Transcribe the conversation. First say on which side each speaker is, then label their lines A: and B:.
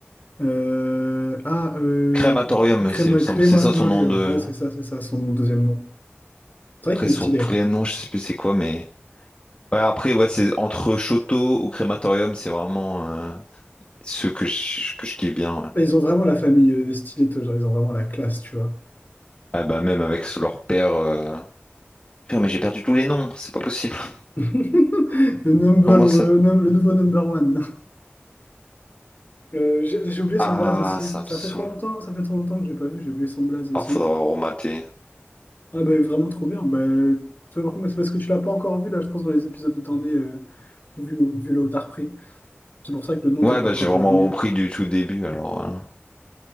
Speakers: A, on the left; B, on the left.
A: Euh, ah, euh,
B: Crématorium,
A: Crema-
B: c'est, il me semble.
A: Crematorium.
B: C'est ça son nom de.
A: Ouais, c'est ça, c'est ça, son deuxième nom. C'est vrai
B: Après,
A: qu'il est
B: son
A: stylé.
B: vrai nom, je sais plus c'est quoi, mais. Ouais, après, ouais, c'est entre Shoto ou Crématorium, c'est vraiment. euh, Ceux que je, que je kiffe bien. ouais.
A: Ils ont vraiment la famille euh, Stiletto, genre, ils ont vraiment la classe, tu vois.
B: Ah bah même avec leur père. euh, Putain, mais j'ai perdu tous les noms, c'est pas possible. <laughs>
A: <laughs> Le number,
B: Comment
A: euh,
B: ça...
A: num- le nouveau number one. Euh, j'ai j'ai oublié son
B: Ah,
A: blaze aussi.
B: ça
A: Ça
B: me saoule.
A: fait trop longtemps, ça fait trop longtemps que j'ai pas vu, j'ai oublié son blaze aussi.
B: Ah, faudra remater.
A: Ah bah vraiment trop bien. Bah, tu vois, par contre, mais c'est parce que tu l'as pas encore vu là, je pense, dans les épisodes où t'en es, euh, vu, vu là où t'as repris. C'est pour ça que le nom
B: Ouais,
A: t'es pas
B: bah
A: encore
B: j'ai vraiment
A: revenu.
B: repris du tout début alors. hein.